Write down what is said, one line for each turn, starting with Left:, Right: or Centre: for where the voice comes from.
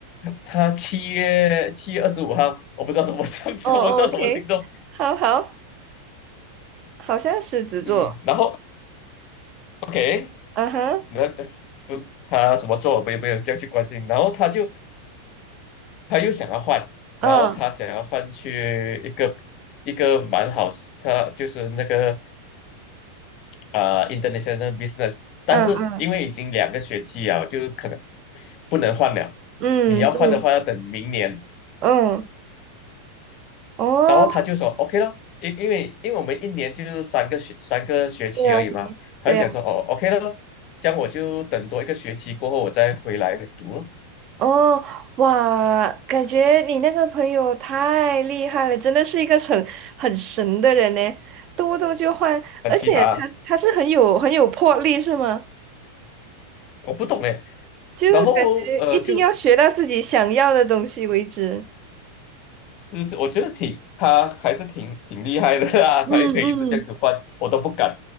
Left: 他七月七月二十五号，我不知道什么星 <laughs>，什么叫什么星座，
Right: 哦哦，OK，好好，好像狮子座。
Left: 嗯，然后 OK，
Right: 嗯哼，
Left: 那那不他怎么做，我也没有这样去关心，然后他就他又想要换，然后他想要换去一个一个蛮好，
Right: 嗯
Left: 他就是那个啊、呃 international business，但是因为已经两个学期了，
Right: 嗯嗯
Left: 就可能不能换了。
Right: 嗯，
Left: 你要换的话，
Right: 对，
Left: 要等明年。
Right: 嗯哦，
Left: 然后他就说 OK 咯，因因为因为我们一年就是三个学三个学期而已嘛，
Right: 对啊对。
Left: 他就讲说哦
Right: 对啊
Left: OK 咯，这样我就等多一个学期过后我再回来读咯，
Right: 哦，哇，感觉你那个朋友太厉害了，真的是一个很很神的人呢，动不动就换，
Left: 很奇葩啊
Right: 而且他他是很有很有魄力，是吗？
Left: 我不懂哎。
Right: 就是感觉一定要学到自己想要的东西为止。
Left: 然后呃就就是我觉得挺他还是挺挺厉害的啊，
Right: 嗯嗯
Left: <laughs> 他也可以一直这样子换，我都不敢。